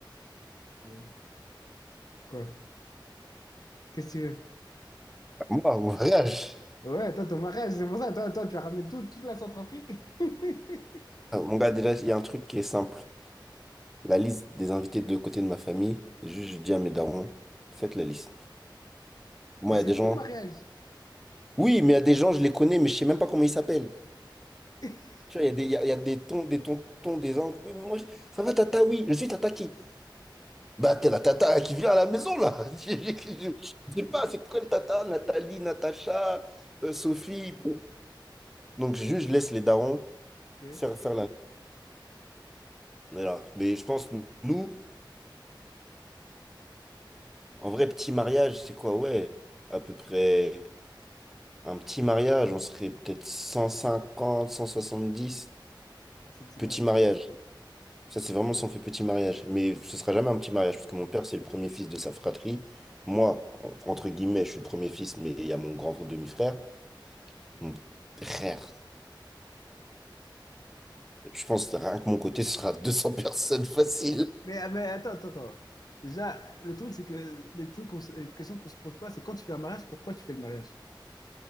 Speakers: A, on the left (about 50°); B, in the centre.
A: tu vois. Quoi? Qu'est-ce que tu veux?
B: Ah, Moi, mon voyage.
A: Ouais, toi, ton mariage, c'est pour ça, toi, toi, tu as ramené tout- toute la Centrafrique. <laughs>
B: Ah, Mon gars, déjà, il y a un truc qui est simple. La liste des invités de côté de ma famille, juste je dis à mes darons, faites la liste. Moi,
A: Mais c'est
B: il y a des gens.
A: ton mariage.
B: Oui, mais il y a des gens, je les connais, mais je sais même pas comment ils s'appellent.
A: <laughs>
B: Tu vois, il y a des, il y a, il y a des tons, des tontons, des oncles. Oui, mais moi, je- ça va, tata, oui, je suis tata qui? Bah, t'es la tata qui vient à la maison, là. <laughs> Je je- je sais pas, c'est quoi le tata? Nathalie, Natacha, euh, Sophie. bon. Donc, juste, je laisse les darons
A: Ok,
B: faire, faire la. On est là. Mais je pense, nous, en vrai, petit mariage, c'est quoi? Ouais, à peu près un petit mariage, on serait peut-être cent cent cinquante soixante dix
A: c'est petit
B: Petit
A: mariage.
B: mariage. Ça, c'est vraiment si on fait petit mariage. Mais ce sera jamais un petit mariage, parce que mon père, c'est le premier fils de sa fratrie. Moi, en- entre guillemets, je suis le premier fils, mais il y a mon grand demi-frère. Mon frère. Je pense que rien que mon côté, ce sera 200 personnes facile.
A: Mais, ah, mais attends, attends, attends. Déjà, le truc, c'est que les trucs qu'on se- les questions qu'on se pose pas, c'est quand tu fais un mariage, pourquoi tu fais le mariage?